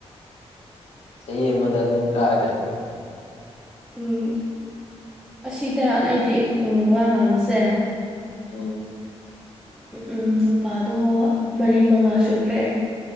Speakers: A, on the left (about 70°); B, in the centre.
A: ꯆꯍꯤ ꯑꯃꯗ ꯑꯗꯨꯝ ꯀꯥꯒ꯭ꯔꯗꯤ
B: ꯎꯝ ꯑꯁꯤꯗ ꯑꯩꯗꯤ ꯎꯝ ꯋꯥ ꯉꯥꯡꯕꯁꯦ
A: ꯎꯝ
B: ꯎꯝ ꯅꯨꯄꯥꯗꯣ ꯃꯔꯤ ꯃꯉꯥ ꯁꯨꯈ꯭ꯔꯦ